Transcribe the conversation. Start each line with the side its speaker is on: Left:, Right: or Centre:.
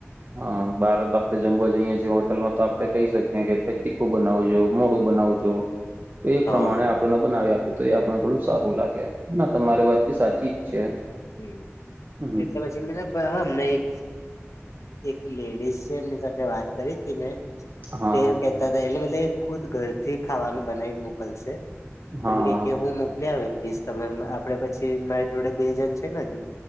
Right: હા બાર જમવા જઇએ છીએ હોટલમાં તો આપડે કઈ શકીએ કે તીખું બનાવવું જો મોડું બનાવજો તો એ
Left: હા
Right: પ્રમાણે આપણને બનાવી આપે તો એ આપણ થોડું સારું લાગે ના તમારી વાત બી સાચી જ છે.
Left: હમ
Right: હમ
Left: એટલે પછી બને હાં એક એક લેડીઝ છે એમની સાથે વાત કરી હતી મેં
Right: હા
Left: તે કેહેતા હતા એટલે એ ખુદ ઘરથી ખાવાનું બનાવી મોકલશે
Right: હા
Left: મને કે હું મોકલી આપીશ તમે આપડે પછી મારી જોડે બે જણ છે ને હજુ